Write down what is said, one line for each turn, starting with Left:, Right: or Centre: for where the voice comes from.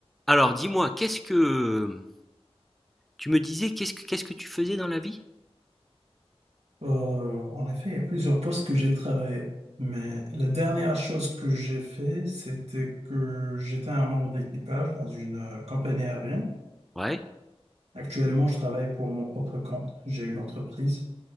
Centre: Alors dis-moi, qu'est-ce que euh, tu me disais, qu'est-ce que qu'est-ce que tu faisais dans la vie?
Right: Euh, en effet, il y a plusieurs postes que j'ai travaillé, mais la dernière chose que j'ai fait, c'était que j'étais un membre d'équipage dans une euh, compagnie aérienne.
Centre: Ouais,
Right: Actuellement, je travaille pour mon propre compte. J'ai une entreprise